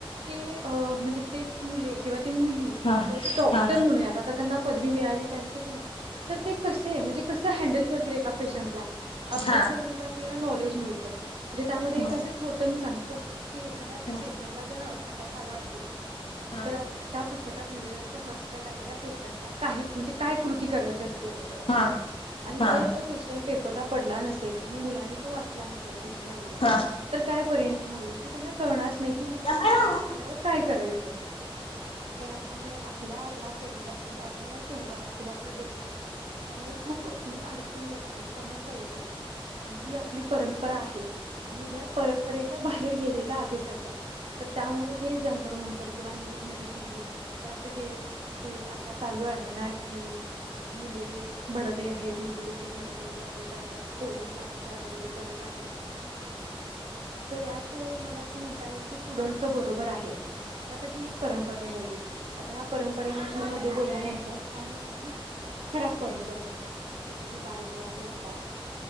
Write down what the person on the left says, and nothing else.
हा
हा
हा
हा
हा
हा
हा
हा
हा
हा